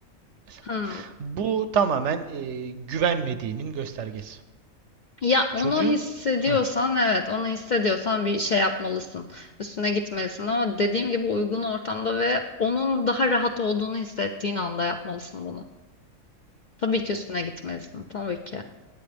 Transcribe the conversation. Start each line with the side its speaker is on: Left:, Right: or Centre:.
Right: mesela.
Left: Hı.
Right: Bu tamamen e, güvenmediğinin göstergesi.
Left: Ya onu
Right: Çocuğun
Left: hissediyorsan
Right: Heh.
Left: evet onu hissediyorsan bir şey yapmalısın. Üstüne gitmelisin ama dediğim gibi uygun ortamda ve onun daha rahat olduğunu hissettiğin anda yapmalısın bunu. Tabii ki üstüne gitmelisin tabii ki.